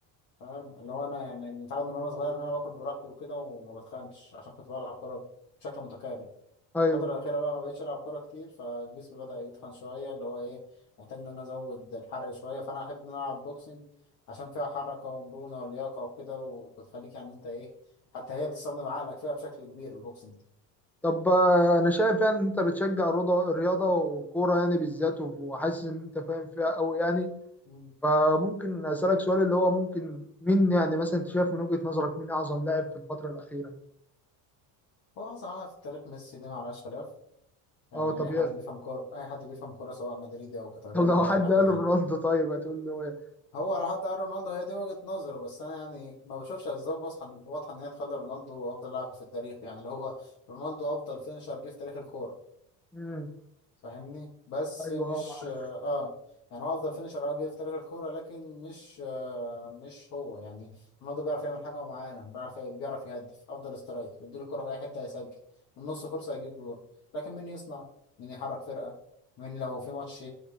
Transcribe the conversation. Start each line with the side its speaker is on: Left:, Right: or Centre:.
Left: فاهم اللي هو انا يعني متعود من وانا صغير ان انا باكل براحتي وكده وما بتخنش عشان كنت بلعب كوره بشكل متكرر
Centre: ايوه
Left: الفترة الأخيرة بقى ما بقتش ألعب كورة كتير فالجسم بدأ يتخن شوية اللي هو إيه محتاج إن أنا أزود الحرق شوية فأنا أحب إن أنا ألعب بوكسنج عشان فيها حركة ومرونة ولياقة وكده وبتخليك يعني أنت إيه حتى هي بتستخدم عقلك فيها بشكل كبير البوكسنج ده
Centre: طب آه، انا شايف يعني ان انت بتشجع رضا- الرياضة وكورة يعني بالذات وحاسس ان انت فاهم فيها قوي يعني
Left: مم.
Centre: فممكن اسألك سؤال اللي هو ممكن مين يعني مثلا انت شايف من وجهة نظرك مين اعظم لاعب في الفترة الأخيرة
Left: هو أصلا أنا في التاريخ ميسي دي معلهاش خلاف يعني
Centre: اه طبيعي
Left: أي حد بيفهم كورة أي حد بيفهم كورة سواء مدريدي أو كاتالوني
Centre: طب لو
Left: أو
Centre: حد
Left: أي حاجة
Centre: قال
Left: يعني
Centre: رونالدو طيب هتقول له ايه
Left: هو لو حد قال رونالدو هي دي وجهة نظره بس أنا يعني ما بشوفش أسباب واضحة واضحة إن هي تخلي رونالدو أفضل لاعب في التاريخ يعني اللي هو رونالدو أفضل فينشر جه في تاريخ الكورة
Centre: امم
Left: فاهمني بس
Centre: ايوه
Left: مش
Centre: اه معاه
Left: اه آه. يعني هو افضل فينشر اه جه في تاريخ الكوره لكن مش آه مش هو يعني رونالدو بيعرف يعمل حاجه معينه بيعرف بيعرف يهدف افضل سترايكر يديله الكوره في اي حته هيسجل من نص فرصه يجيب جول لكن مين يصنع مين يحرك فرقه مين لو في ماتش